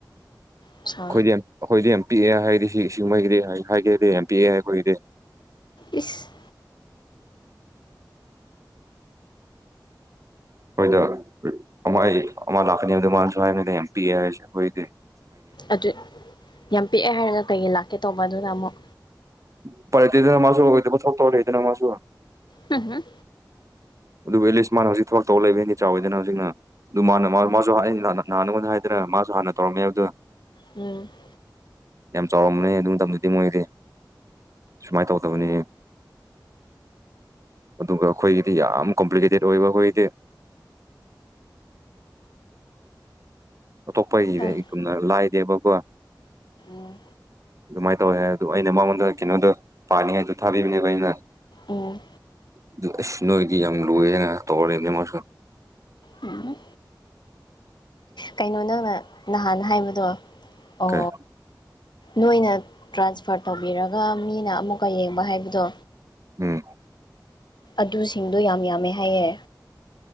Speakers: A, on the left; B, on the right.
A: ꯑꯆꯥ
B: UNINTELLIGIBLE ꯄꯤꯛꯑꯦ ꯍꯥꯏꯔꯗꯤ ꯁꯤ ꯃꯣꯏꯒꯤꯗꯤ ꯍꯥ ꯍꯥꯏꯒꯦꯗꯤ ꯌꯥꯝ ꯄꯤꯛꯑꯦ ꯑꯩꯈꯣꯏꯒꯤꯗꯤ
A: ꯏꯁ
B: UNINTELLIGIBLE
A: ꯑꯗꯨ ꯌꯥꯝ ꯄꯤꯛꯑꯦ ꯍꯥꯏꯔꯒ ꯀꯩꯒꯤ ꯂꯥꯛꯀꯦ ꯇꯧꯕ ꯑꯗꯨꯅ ꯑꯃꯨꯛ
B: ꯎꯄꯥꯏ ꯂꯩꯇꯦꯗꯅ ꯃꯥꯖꯨ ꯑꯣꯏꯗꯕ ꯊꯥꯕꯛ ꯇꯧꯔꯗꯤ ꯃꯥꯁꯨ
A: INAUDIBLE
B: ꯑꯗꯨꯕꯨ ꯑꯦꯠꯂꯤꯁ ꯃꯥꯅ ꯍꯧꯖꯤꯛ ꯊꯕꯛ ꯇꯧ ꯂꯩꯕꯗꯤ ꯆꯥꯎꯋꯦꯗꯅ ꯍꯧꯖꯤꯛꯅ ꯑꯗꯨ ꯃꯥꯅ ꯃꯥ ꯃꯥꯖꯨ ꯍꯥ ꯑꯩꯅ ꯅꯍꯥꯟ ꯅꯉꯣꯟꯗ ꯍꯥꯏꯗꯅ ꯑꯥ ꯃꯥꯖꯨ ꯍꯥꯟꯅ ꯇꯧꯔꯝꯃꯦ ꯍꯥꯏꯕꯗꯨ
A: INAUDIBLE
B: ꯌꯥꯝ ꯆꯥꯎꯔꯝꯃꯅꯦ ꯑꯗꯨ ꯃꯇꯝꯗꯗꯤ ꯃꯣꯏꯗꯤ ꯁꯨꯃꯥꯏ ꯇꯧꯗꯕꯅꯦ ꯑꯗꯨꯒ ꯑꯩꯈꯣꯏꯒꯤꯗꯤ ꯌꯥꯝ ꯀꯣꯝꯄ꯭ꯂꯤꯀꯦꯇꯦꯠ ꯑꯣꯏꯕ ꯑꯈꯣꯏꯒꯤꯗꯤ ꯑꯇꯣꯞꯄꯒꯤꯗꯩ
A: ꯍꯣꯏ
B: ꯒꯨꯝꯅ ꯂꯥꯏꯗꯦꯕꯀꯣ
A: INAUDIBLE
B: ꯑꯗꯨꯃꯥꯏ ꯇꯧꯋꯦ ꯍꯥꯏ ꯑꯗꯨ ꯑꯩꯅ ꯃꯉꯣꯟꯗ ꯀꯩꯅꯣꯗꯨ ꯄꯥꯅꯤꯉꯥꯏꯗꯣ ꯊꯥꯕꯤꯕꯅꯦꯕ ꯑꯩꯅ
A: ꯎꯝ
B: ꯑꯗꯨ ꯑꯥꯁ ꯅꯣꯏꯗꯤ ꯌꯥꯝ ꯂꯨꯏꯑꯦꯅꯥ ꯇꯧꯔ ꯂꯩꯝꯃꯦ ꯃꯥꯁꯨ
A: ꯎꯝ ꯀꯩꯅꯣ ꯅꯪꯅ ꯅꯍꯥꯟ ꯍꯥꯏꯕꯗꯣ ꯑꯣ
B: ꯀꯩ
A: ꯅꯣꯏꯅ ꯇ꯭ꯔꯥꯟꯁꯐꯔ ꯇꯧꯕꯤꯔꯒ ꯃꯤꯅ ꯑꯃꯨꯛꯀ ꯌꯦꯡꯕ ꯍꯥꯏꯕꯗꯣ
B: INAUDIBLE
A: ꯑꯗꯨꯁꯤꯡꯗꯣ ꯌꯥꯝ ꯌꯥꯝꯃꯦ ꯍꯥꯏꯌꯦ